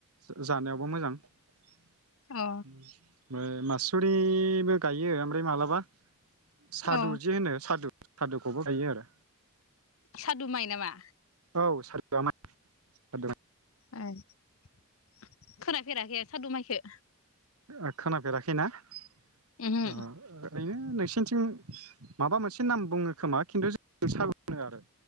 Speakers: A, on the right; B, on the left.
A: जा जानायाव बो मोजां <inaudible> ओमफ्राय
B: अ
A: मासुरिबो गायो ओमफ्राय मालाबा सादु
B: अ
A: जे होनो सादु सादुखौबो गायो आरो
B: सादुु माइ नामा
A: औ सादुआ माइ सादु माइ
B: आरो खोनाफेराखै आ सादु माइखो
A: ओ खोनाफेराखैना अ
B: उमहो
A: ओरैनो नोंसिनिथिं माबा मोनसे नाम बुङो खोमा खिन्थु जों <inaudible> होनो आरो